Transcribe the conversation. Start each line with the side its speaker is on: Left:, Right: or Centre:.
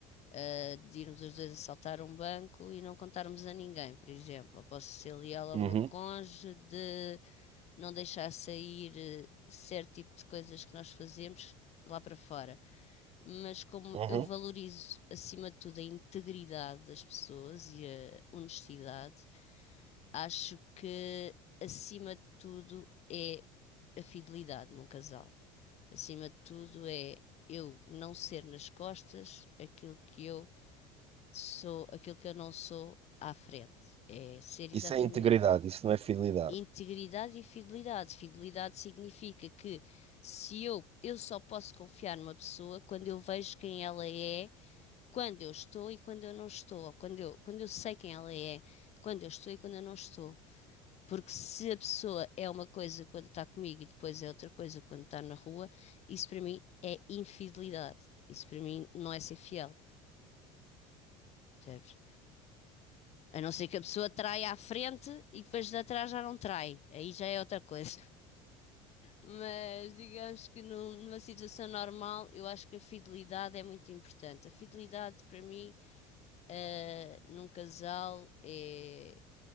Left: ah, de irmos os dois assaltar um banco e não contarmos a ninguém, por exemplo. Eu posso ser leal ao
Right: Uhum,
Left: meu cônjuge de não deixar sair eh, certo tipo de coisas que nós fazemos lá para fora. Mas como
Right: uhum.
Left: eu valorizo, acima de tudo, a integridade das pessoas e a honestidade, acho que, acima de tudo, é a fidelidade num casal. Acima de tudo, é eu não ser nas costas aquilo que eu sou aquilo que eu não sou à frente. É ser exatamente
Right: Isso é integridade, isso não é fidelidade.
Left: integridade e fidelidade. Fidelidade significa que se eu, eu só posso confiar numa pessoa quando eu vejo quem ela é, quando eu estou e quando eu não estou, ou quando eu, quando eu sei quem ela é, quando eu estou e quando eu não estou. Porque se a pessoa é uma coisa quando está comigo e depois é outra coisa quando está na rua, isso para mim é infidelidade. Isso para mim não é ser fiel, percebes? A não ser que a pessoa trai à frente e depois de atrás já não trai. Aí já é outra coisa. <laughs> Mas digamos que num- numa situação normal, eu acho que a fidelidade é muito importante. A fidelidade, para mim, eh, num casal é,